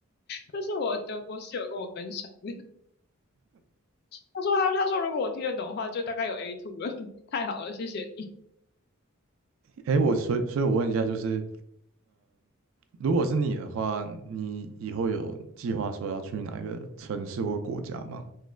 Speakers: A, on the left; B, on the right.
A: 这是我德国室友跟我分享的，他说他他说如果我听得懂的话，就大概有 A two 了，太好了，谢谢你。
B: 诶，我所以所以，我问一下，就是如果是你的话，你以后有计划说要去哪一个城市或国家吗？